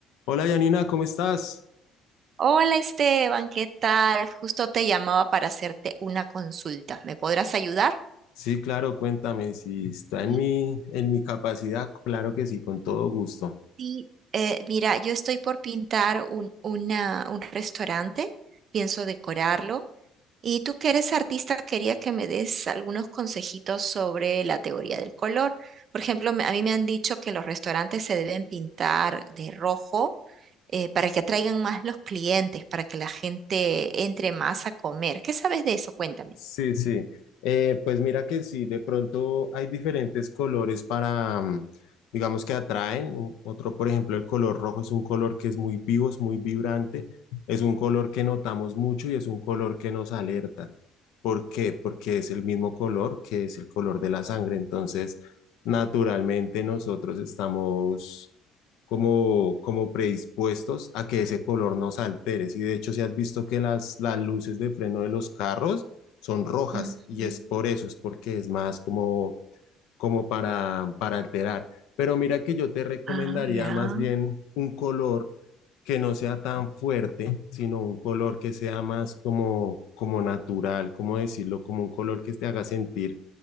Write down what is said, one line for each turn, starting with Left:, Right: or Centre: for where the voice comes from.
Left: Hola Yanina, ¿cómo estás?
Right: Hola Esteban, ¿qué tal? Justo te llamaba para hacerte una consulta. ¿Me podrás ayudar?
Left: Sí, claro, cuéntame si está
Right: Sí,
Left: en mi, en mi capacidad, claro que sí, con todo gusto.
Right: sí, Eh, mira, yo estoy por pintar un, una- un restaurante, pienso decorarlo. Y tú que eres artista, quería que me des algunos consejitos sobre la teoría del color. Por ejemplo, me- a mí me han dicho que los restaurantes se deben pintar de rojo eh, para que atraigan más los clientes, para que la gente entre más a comer. ¿Qué sabes de eso? Cuéntame.
Left: Sí, sí. Eh, pues mira que sí, de pronto hay diferentes colores para, mm, digamos que atraen. U- Otro, por ejemplo, el color rojo es un color que es muy vivo, es muy vibrante, es un color que notamos mucho y es un color que nos alerta. ¿Por qué? Porque es el mismo color que es el color de la sangre. Entonces, naturalmente nosotros estamos como, como predispuestos a que ese color nos altere. Y de hecho, si has visto que las, las luces de freno de los carros, son rojas
Right: Ujú.
Left: y es por eso, es porque es más como, como para, para alterar. Pero mira que yo te recomendaría
Right: Ah, ya.
Left: más bien un color que no sea tan fuerte, sino un color que sea más como, como natural, como decirlo, como un color que te haga sentir